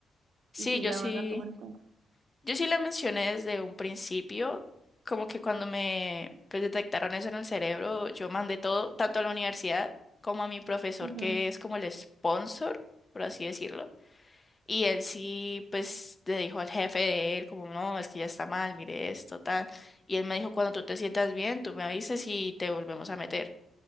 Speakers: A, on the left (about 25°); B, on the right (about 75°).
A: Sí,
B: y sí
A: yo
B: la
A: sí,
B: van a tomar en cuenta.
A: yo sí la mencioné desde un principio, como que cuando me pues, detectaron eso en el cerebro, yo mandé todo, tanto a la universidad como a mi profesor,
B: Ujú,
A: que es como el sponsor, por así decirlo, y él sí, pues le dijo al jefe de él, como, no, es que ya está mal, mire esto, tal, y él me dijo, cuando tú te sientas bien, tú me avisas y te volvemos a meter,